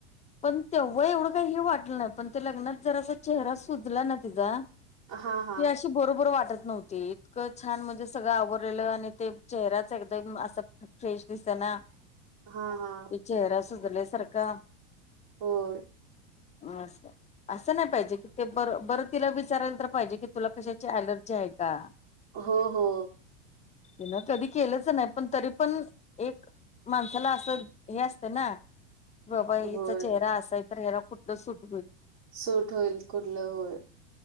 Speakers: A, on the left (about 20°); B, on the right (about 55°).
A: पण तेव्हा एवढं काही हे वाटलं नाही पण ते लग्नात जरासा चेहरा सुजला ना तिचा
B: हा हा
A: ती अशी बरोबर वाटल नव्हती इतकं छान म्हणजे सगळं आवरलेलं आणि ते चेहराच एकदम असं फ्रेश दिसना
B: हा हा
A: ते चेहरा सुजल्यासारखा
B: होय.
A: असं असं नाही पाहिजे की ते बरं बरं तिला विचाराया तर पाहिजे की तुला कशाची अ‍ॅलर्जी जी आहे का?
B: हो हो.
A: तिन कधी केलंच नाही पण तरी पण एक माणसाला असं हे असतं ना बाबा हिचा
B: होय
A: चेहरा असाय तर ह्याला कुठलं सुट..
B: सूट होईल कुठलं होईल